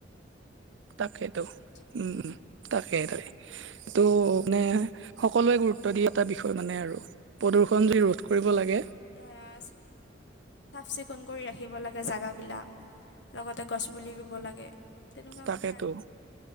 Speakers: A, on the right; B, on the left.
A: তাকেইটো,
B: কৈছোঁ
A: উম, উম, তাকে, তাকে। এইটো মানে সকলোৱে
B: আৰু
A: গুৰুত্ব দিয়ে এটা বিষয় মানে আৰু, প্ৰদূষণ যদি ৰোধ কৰিব লাগে
B: <unintelligible> চাফ-চিকুণ কৰি ৰাখিব লাগে জেগাবিলাক, লগতে গছ পুলি ৰুব লাগে। তেনেকুৱা
A: তাকেতো,
B: কথা আৰু